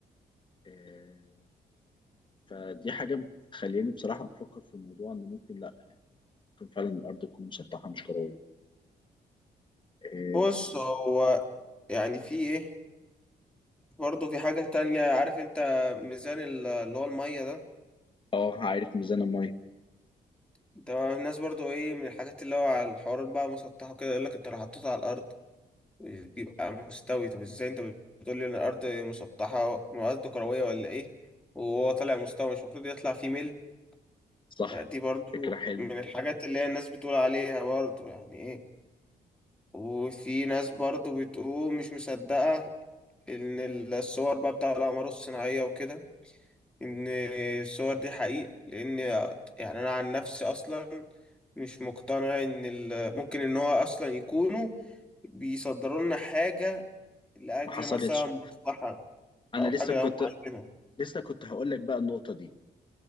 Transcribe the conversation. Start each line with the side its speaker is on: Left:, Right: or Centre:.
Left: آه، فدي حاجة مخليني بصراحة بفكر في الموضوع انه ممكن لا يعني ممكن فعلا الارض تكون مسطحة مش كروية اه
Centre: بص هو يعني في ايه برضه في حاجه تانية عارف انت ميزان ال- اللي هو الميه ده
Left: آه، عارف ميزان المية
Centre: ده الناس برضه ايه من الحاجات اللي هو على الحوارات بقى مسطحه كده يقول لك انت لو حطيته على الارض بيبقى مستوي طب ازاي انت بتقول لي ان الارض مسطحه الارض كرويه ولا ايه وهو طالع مستوي مش المفروض يطلع فيه ميل
Left: صح
Centre: فدي برضه
Left: فكرة حلوة
Centre: من الحاجات اللي هي الناس بتقول عليها برضه يعني ايه وفي ناس برضو بتقول مش مصدقة إن الصور بقى بتاع الأقمار الصناعية وكده إن الصور دي حقيقة لأن يعني أنا عن نفسي أصلا مش مقتنع إن ال- ممكن إن هو أصلا يكونوا بيصدروا لنا حاجة لأجل
Left: ما حصلتش
Centre: مثلا مصلحة
Left: انا
Centre: أو
Left: لسه
Centre: حاجة
Left: كنت
Centre: هم عايزينها
Left: لسه كنت هقول لك بقى النقطة دي